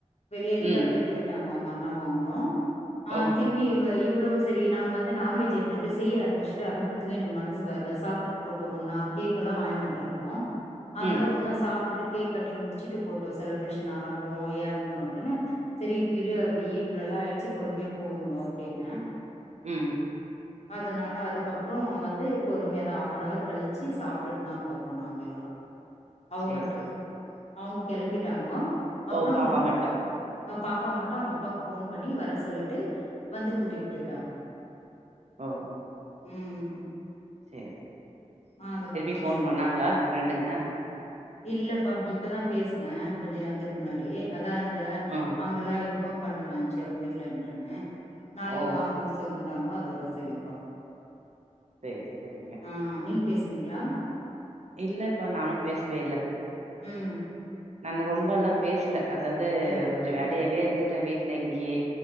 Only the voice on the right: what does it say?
ம்
ஓஹோ
ம்
ம்
சரி
ஓ பாப்பா மட்டு
ஒ
சேரி
திருப்பி ஃபோன்
பண்ணாங்ளா ஃப்ரெண்டுங்க
ஆ
ஓ
இல்ல எதுக்கு கேட்டீங்க
இல்லப்பா நானு பேசவே இல்ல
நா ரொம்பல்லா பேசல அதாவது
கொஞ்சோ வேலயாவே இருந்துட்டே வீட்ல இங்கேயே